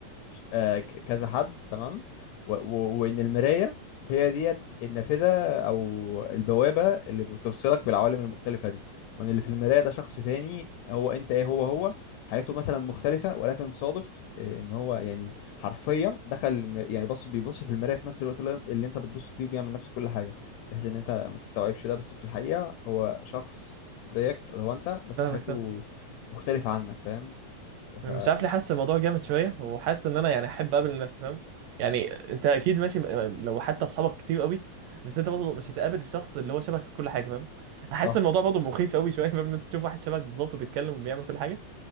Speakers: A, on the left (about 80°); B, on the right (about 75°).
A: ش- آه، ك- كذا حد تمام و- و- وان المرايه هي ديت النافذه او البوابه اللي بتوصلك بالعوالم المختلفه دي وان اللي في المرايه ده شخص تاني هو انت ايه هو هو حياته مثلا مختلفه ولكن صادف آه، ان هو يعني حرفيا دخل الم- يعني بص بيبص في المرايه في نفس الوقت اللي اللي انت بتبص فيه وبيعمل نفس كل حاجه بحيث ان انت ما تستوعبش ده بس في الحقيقه هو شخص زيك اللي هو انت بس
B: فاهمك
A: حياته
B: فاهمك
A: مختلفه عنك فاهم ف
B: مش عارف ليه حاسس الموضوع جامد شويه وحاسس ان انا يعني احب اقابل نفسي فاهم يعني انت اكيد ماشي لو حتى اصحابك كتير قوي بس انت برضه مش هتقابل الشخص اللي هو شبهك في كل حاجه فاهم احس
A: صح
B: الموضوع برضه مخيف قوي شويه فاهم ان انت تشوف واحد شبهك بالظبط وبيتكلم وبيعمل كل حاجه